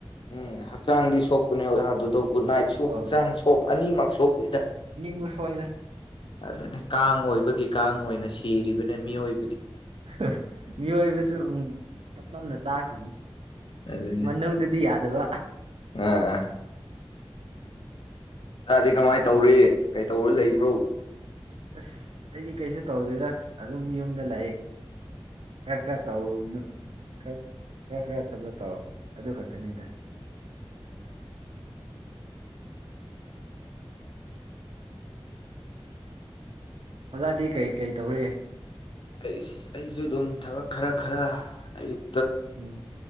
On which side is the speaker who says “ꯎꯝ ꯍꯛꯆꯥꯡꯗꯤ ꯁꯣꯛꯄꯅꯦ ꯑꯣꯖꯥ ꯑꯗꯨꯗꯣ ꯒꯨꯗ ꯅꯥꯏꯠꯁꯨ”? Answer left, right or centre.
Left